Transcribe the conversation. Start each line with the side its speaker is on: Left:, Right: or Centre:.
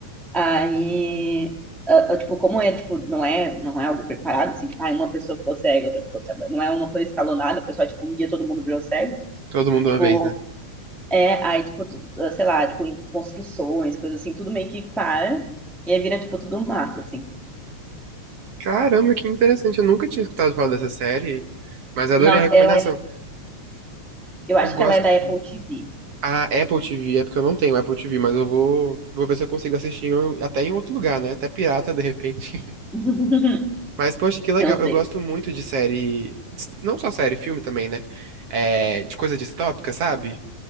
Centre: Aí, ah, ah, tipo, como é, tipo, não é, não é algo preparado, assim, tipo, ah, uma pessoa ficou cega, outra ficou cega. Não é uma coisa escalonada, o pessoal, tipo, um dia todo mundo virou cego.
Right: Todo mundo
Centre: Tipo,
Right: uma vez, né?
Centre: é, aí, tipo, tu- sei lá, tipo, construções, coisas assim, tudo meio que para. E aí vira, tipo, tudo mato, assim.
Right: Caramba, que interessante. Eu nunca tinha escutado falar dessa série, mas adorei
Centre: Nossa,
Right: a recomendação.
Centre: ela é, eu
Right: Eu
Centre: acho
Right: gosto
Centre: que ela é da Apple TV.
Right: a Apple TV, é porque eu não tenho Apple TV, mas eu vou, vou ver se eu consigo assistir em- um, até em outro lugar, né? Até pirata, de repente.
Centre: <laughs>
Right: Mas, poxa, que legal.
Centre: Eu sei.
Right: Eu gosto muito de série. Não só série, filme também, né? É, de coisa distópica, sabe?